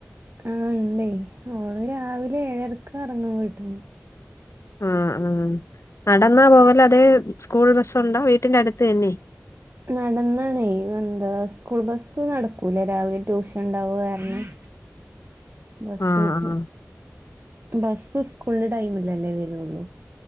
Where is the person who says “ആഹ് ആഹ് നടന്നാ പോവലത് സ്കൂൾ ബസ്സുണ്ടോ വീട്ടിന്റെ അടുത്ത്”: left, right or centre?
Left